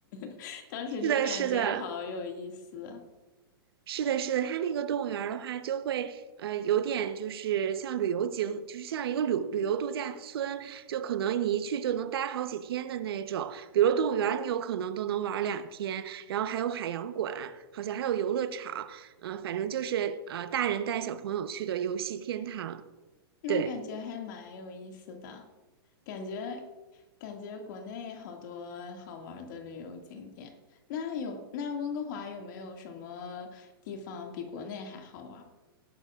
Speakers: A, on the left; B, on the right.
A: <laughs> 当时就感觉好有意思。
B: 是的，是的。是的，是的，它那个动物园儿的话，就会呃有点就是像旅游景，就是像一个旅旅游度假村，就可能你一去就能待好几天的那种。比如动物园儿，你有可能都能玩儿两天，然后还有海洋馆，好像还有游乐场，嗯、反正就是呃大人带小朋友去的游戏天堂。
A: 那感觉还蛮有意思的，
B: 对。
A: 感觉感觉国内好多好玩儿的旅游景点。那有那温哥华有没有什么地方比国内还好玩